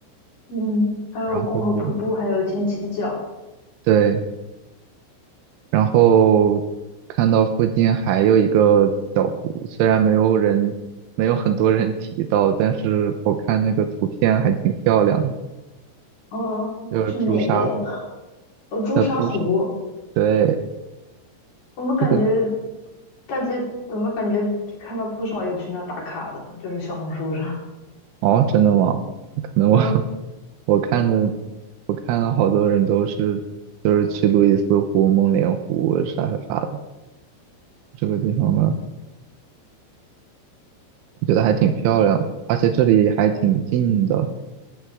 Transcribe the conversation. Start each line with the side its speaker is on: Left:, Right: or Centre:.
Left: 嗯，还有共和瀑布，
Right: 然后，
Left: 还有金鸡角，
Right: 对，然后看到附近还有一个小湖，虽然没有人，没有很多人提到，但是我看那个图片还挺漂亮的，
Left: 哦，
Right: 就是朱砂，
Left: 是哪个呀？哦，朱砂湖。
Right: 叫朱砂，对，
Left: 我们感觉
Right: 这个，
Left: 大街怎么感觉看到不少有去那打卡的，就是小红书上。
Right: 哦，真的吗？可能我
Left: 嗯，
Right: <laughs> 我看的，我看了好多人都是，就是去路易斯湖、梦莲湖啥啥啥的，这个地方呢，我觉得还挺漂亮的，而且这里还挺近的。